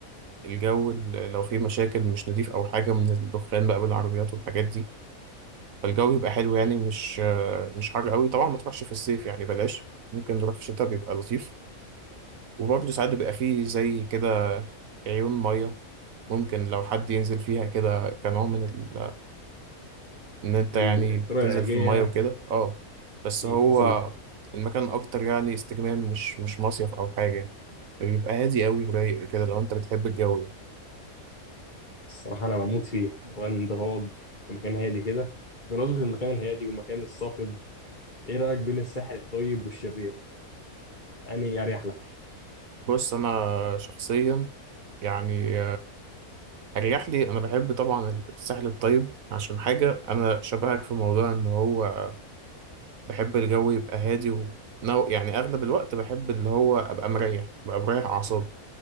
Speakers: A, on the right; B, on the left.
A: الجو ال- لو فيه مشاكل مش نضيف او حاجة من الدخان بقى بالعربيات والحاجات دي فالجو يبقى حلو يعني مش مش حر قوي طبعا ما تروحش في الصيف يعني بلاش ممكن نروح في الشتاء بيبقى لطيف وبرضه ساعات بيبقى فيه زي كده عيون مية ممكن لو حد ينزل فيها كده كنوع من ال... ان انت
B: ال-
A: يعني
B: الطرق
A: بتنزل
B: العلاجيه
A: في المية
B: يعني
A: وكده
B: حسب
A: اه بس هو
B: حسب ما فهمت.
A: المكان اكتر يعني استجمام مش مش مصيف او حاجة بيبقى هادي قوي ورايق وكده لو انت بتحب الجو ده
B: الصراحة أنا بموت فيه وإن أنت تقعد في مكان هادي كده بمناسبة المكان الهادي والمكان الصاخب إيه رأيك بين الساحل الطيب والشرير؟ أنهي أريح لك؟
A: بص انا شخصيا يعني اريح لي انا بحب طبعا الساحل الطيب عشان حاجه انا شبهك في موضوع ان هو بحب الجو يبقى هادي و... نو- يعني اغلب الوقت بحب اللي هو ابقى مريح ابقى مريح اعصابي